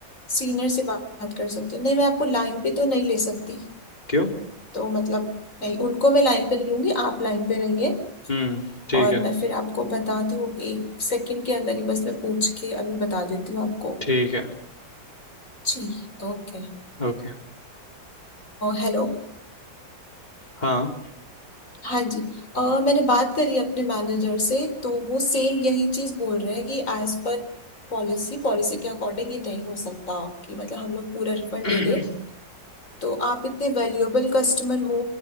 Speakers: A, on the left; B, on the left.
A: सीनियर से बात कर सकती हूँ नहीं मैं आपको लाइन पे तो नहीं ले सकती
B: क्यों
A: तो मतलब नहीं उनको मैं लाइन पे नहीं लूंगी आप लाइन पे रहिए
B: हम्म ठीक
A: और
B: है
A: मैं फिर आपको बताती हूँ एक सेकंड के अंदर ही बस मैं पूछ के अभी बता देती हूँ आपको
B: ठीक है
A: जी ओके
B: ओके
A: हेलो
B: हाँ
A: हाँ जी अ, मैंने बात करी अपने मैनेजर से तो वो सेम यही चीज बोल रहे हैं कि एज पर पॉलिसी पॉलिसी के अकॉर्डिंग ये नहीं हो सकता कि मतलब हम लोग पूरा रिफंड
B: <clears throat>
A: दे दे तो आप इतने वैल्यूएबल कस्टमर हो